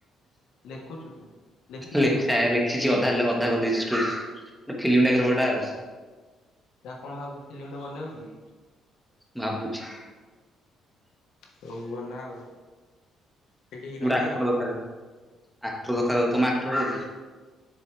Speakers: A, on the left; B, in the centre.
A: ଲେଖୁଛୁ ତୁ ଲେଖିଥିଲୁ
B: ଲେଖା ହେଇନି। ସେଠି ଅଧା ହେଲା ଅଧା କରିଦେଇଛି ଷ୍ଟୋରି ଗୋଟେ ଫିଲ୍ମ ଟାଇପ୍ ଗୋଟା ଆଉ।
A: ତମେ କଣ ଭାବୁଚୁ ଫିଲ୍ମଟେ ବନେଇବୁ କି?
B: ଭାବୁଛି।
A: ହଉ ବନା ଆଉ। ସେଠି ହିରୋ
B: ମୁଁ ଗୋଟେ
A: କିଏ
B: ଆକ୍ଟର
A: ହବ
B: ଦରକାର୍, ଆକ୍ଟର ଦରକାର୍ ତମେ ଆକ୍ଟର ହବ କି?